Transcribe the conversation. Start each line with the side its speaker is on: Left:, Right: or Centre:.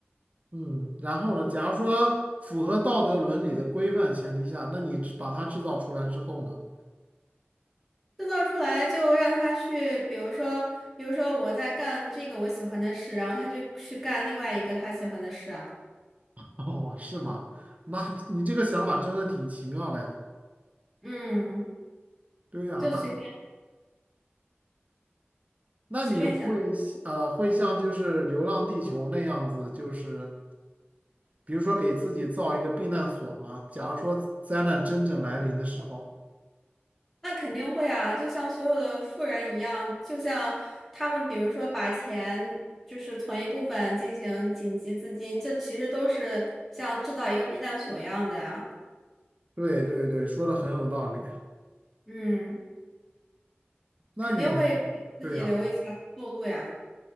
Right: 嗯，然后呢？假如说符合道德伦理的规范前提下，那你制把它制造出来之后呢？
Centre: 制造出来就让他去，比如说，比如说我在干这个我喜欢的事，然后他就去干另外一个他喜欢的事啊。
Right: <laughs> 哦，是吗？那你这个想法真的挺奇妙的呀。
Centre: 嗯，
Right: 对呀，
Centre: 就随便
Right: 那。那你会呃会像就是《流浪地球》那样子，
Centre: 随便想，
Right: 就是比如说给自己造一个避难所吗？假如说灾难真正来临的时候，
Centre: 那肯定会啊，就像所有的富人一样，就像他们，比如说把钱就是存一部分进行紧急资金，这其实都是像制造一个避难所一样的啊。
Right: 对对对，说的很有道理。
Centre: 嗯，
Right: 那你
Centre: 肯定会给自己留一些后路呀。
Right: 对呀、